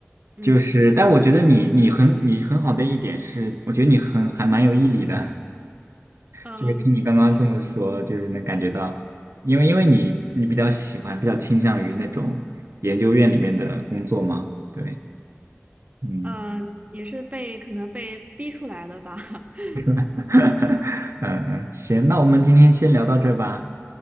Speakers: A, on the right; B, on the right.
A: 嗯
B: 就是，但我觉得你你很你很好的一点是，我觉得你很还蛮有毅力的，
A: 嗯，
B: 就是听你刚刚这么说，
A: 就是
B: 就是能感觉到，因为因为你你比较喜欢，比较倾向于那种研究院里面的工作吗？对，嗯，
A: 呃，也是被可能被逼出来的吧。<laughs>
B: <laughs> 嗯嗯，行，那我们今天先聊到这儿吧，